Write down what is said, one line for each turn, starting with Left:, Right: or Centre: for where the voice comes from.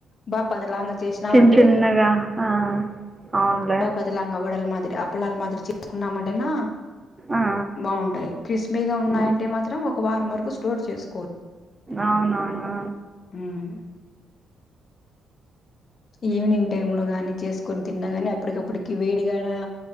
Left: బా పతలాంగ చేసినాం
Right: చిన్న
Left: అంటే
Right: చిన్నగా ఆ అవునులే
Left: బా పతలాంగ వడలు మాదిరి అప్పలాల్ మాదిరి చేసుకున్నామంటేనా
Right: ఆ
Left: బాగుంటాయి. క్రిస్పిగా ఉన్నాయంటే
Right: హ్మ్.
Left: మాత్రం ఒక వారం వరకు స్టోర్ చేసు
Right: అవునవునా
Left: ఉమ్ ఈవినింగ్ టైమ్ లో గాని చేసుకొని తిన్నా గాని అప్పటికప్పుటికి వేడిగాన